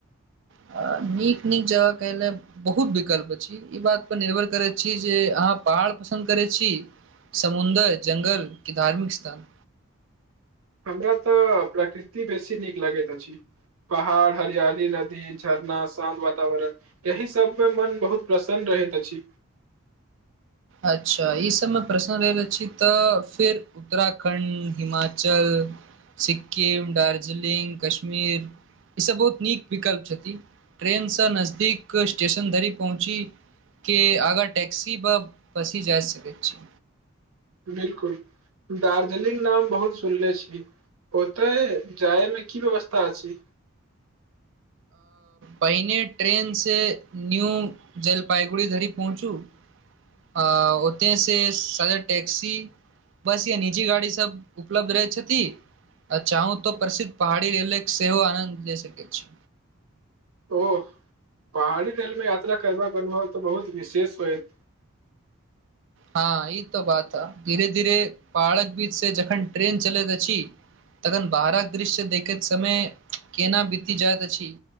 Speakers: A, on the right (about 55°); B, on the right (about 75°).
A: अ नीक नीक जगह कहले बहुत विकल्प अछि, ई बात पर निर्भर करैत अछि जे अहाँ पहाड़ पसन्द करैत छी समुद्र, जंगल कि धार्मिक स्थान?
B: हमरा तऽ प्रकृति बेसी नीक लगैत अछि पहाड़ हरियाली नदी झरना शान्त वातावरण यही सभमे मन बहुत प्रसन्न रहैत अछि
A: अच्छा ई सभमे प्रसन्न रहैत आछी तऽ फेर उत्तराखण्ड हिमाचल सिक्किम दार्जलिंग कश्मीर ई सभ बहुत नीक विकल्प छथि ट्रेन नजदीक स्टेशन धरि पहुँचि कऽ अगर टैक्सी बेसी जाइ सकै छी
B: बिलकुल दार्जिलिंग नाम बहुत सुनले छी ओतय जाइमे की व्यवस्था छी
A: पहिने ट्रेनसँ न्यू जलपाइगुड़ी धरि पहुँचू। आ ओतऽसँ साधारण टैक्सी बस या निजी गाड़ी सभ उपलब्ध रहैत अछि। अच्छा हँ, तऽ प्रसिद्ध पहाड़ी रेलक सेहो आनन्द लऽ सकैत छी।
B: ओ पहाड़ी रेलमे यात्रा करबाक अनुभव तऽ बहुत विशेष होयत।
A: हँ ई तो बात ह धीरे धीरे पहाड़क बीच से जखन ट्रेन चलैत अछि तखन बाहरक दृश्य देखैत समय केना बीती जाइत अछि